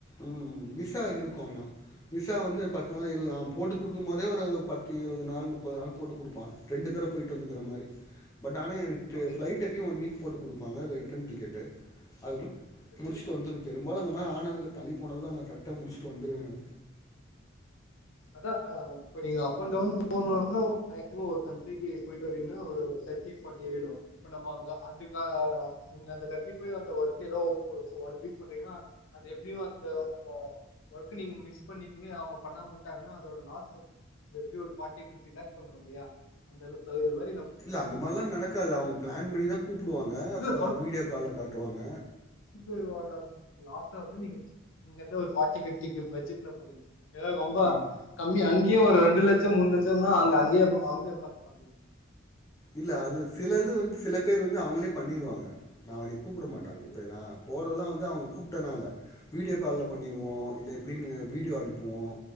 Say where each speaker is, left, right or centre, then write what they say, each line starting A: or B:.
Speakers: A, on the left; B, on the left.
A: உம் விசா
B: ஓகே ஓகே
A: இருக்கும் ஆனா விசா வந்து பத்து போட்டு குடுக்கும் போதே ஒரு பத்து இருபது நாள் முப்பது நாள் போட்டுக் குடுப்பான் ரெண்டு தர போயிட்டு வந்துக்கிற மாரி பட் ஆனா எனக்கு
B: ஓகே
A: ஃப்ளைட் எப்பயும் ஒன்னு போட்டு குடுப்பாங்க அது ரிட்டர்ன் டிக்கெட்டு அதுக்குள்
B: சரி
A: முடிச்சுட்டு
B: சரி
A: வந்துரும் பெரும்பாலும் அந்த அ மாரி கானதல்ல தள்ளி போனதெல்லாம் நல்ல கரெக்டா முடிச்சுட்டு வந்துருவேனு நா
B: அதா இப்ப நீங்க அப்பன் டவுன் போனுமுன்னு மேக்சிமம் ஒரு கண்ட்ரிக்கு போயிட்டு வறிங்கனா ஒரு தெட்டி ஃபார்ட்டி ஆயிடும் இப்ப நம்ம அங்க அதுக்க அந்த கண்ட்ரி போய் அந்த ஒர்க் ஏதோ ஒண் வீக் பண்றிங்கனா அது எப்பயும் அந்த அந்த ஒர்க் நீங்க மிஸ் பண்ணிட்டிங்க அவங்க பண்ண <unintelligible> அதோட லாஸ் எப்டியு ஒரு ஃபார்ட்டி ஃபிப்டி லாக்ஸ் கொண்டு வருவியா அந்த அளவுக்கு கொ
A: இல்ல அந்த மாரிலாம் நடக்காது அவங்க பிளான் பண்ணிதான் கூப்பிடுவாங்க
B: இல்ல
A: வீடியோ கால்ல காட்டுவாங்க
B: <unintelligible> லாஸ்டா வந்து நீங்க ஒரு ஃபார்டி ஃபிப்டிக்கு பட்ஜெட்ல போறீங்க ஏ ரொம்ப
A: ம்
B: அம்மி அங்கேயே ஒரு ரெண்டு லட்சம் மூணு லட்சம்னா அங்க அங்கயே அவங்களே பாரத்து பா
A: இல்ல அது சிலது வந்து சில பேர் வந்து அவங்களே பண்ணிருவாங்க நான் கூப்பிட மாட்டாங்க
B: சரி சரி
A: இப்ப போறதல்லாம் வந்து அவங்க கூப்பிட்டன இல்ல வீடியோ கால்ல பண்ணிருவோம் இல்ல இப்படின்னு வீடியோ அனுப்புவோம்